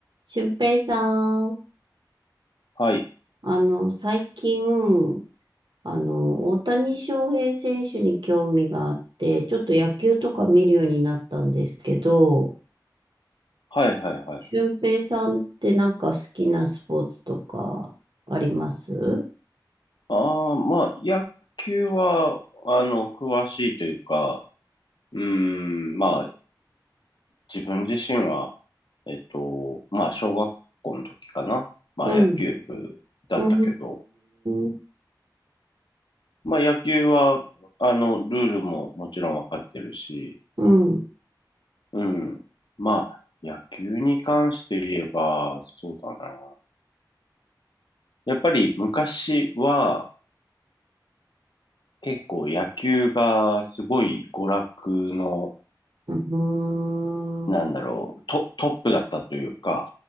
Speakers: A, on the right; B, on the left.
A: 俊平さん、
B: はい。
A: あの、最近、あの、大谷翔平選手に興味があって、ちょっと野球とか見るようになったんですけど、
B: はいはいはい。
A: 俊平さんってなんか好きなスポーツとかありますう
B: ああ、まあ、野球は、あの、詳しいというか、うーん、まあ、自分自身は、えっと、まあ、小学校の時かな。まあ、
A: ん。
B: 野球部だったけど、
A: うーん。
B: まあ、野球は、あの、ルールももちろんわかってるし、
A: うん。
B: うん。まあ、野球に関して言えば、そうだな。やっぱり昔は、結構野球がすごい娯楽の、
A: うーん。
B: なんだろう、ト、トップだったというか、